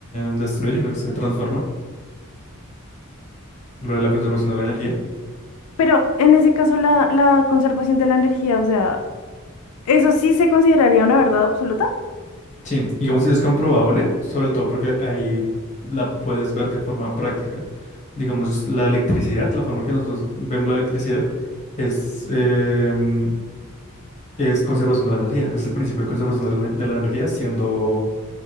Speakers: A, on the left (about 35°); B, on the left (about 85°).
A: destruye, sino que se transforma, lo de la conservación de la energía.
B: Pero en ese caso la, la conservación de la energía, o sea, ¿eso sí se consideraría una verdad absoluta?
A: Sí, y como si es comprobable, sobre todo porque ahí la puedes ver de forma práctica. Digamos, la electricidad, la forma que nosotros vemos la electricidad es, em, es conservación de la energía, es el principio de conservación de la, ener- de la energía siendo,